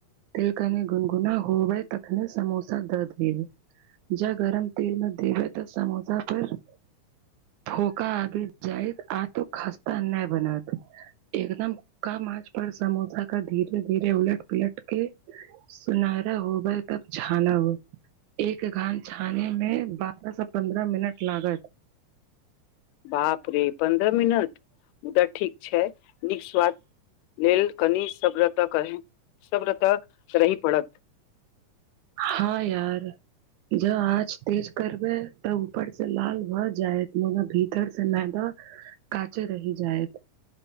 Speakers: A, on the right; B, on the left.
A: तेल कनी गुनगुना होबै तखने समोसा दऽ देबै जँ गरम तेलमे देबै तऽ समोसा पर धोका आदी जाइ आ तो खास्ता नय बनत एकदम कम आँच पर समोसा कऽ धीरे धीरे उलट पलट के सुनहरा होय तब छानब एक घान छाने मे बारह से पन्द्रह मिनट लागत
B: बाप रे पन्द्रह मिनट मुदा ठीक छै नीक स्वाद लेल कनि सभ्रे सभ्र तऽ करही पड़त
A: हँ यार जँ आँच तेज करबै तब ऊपर से लाल भऽ जायत मुग भीतर से मैदा काँचे रहि जायत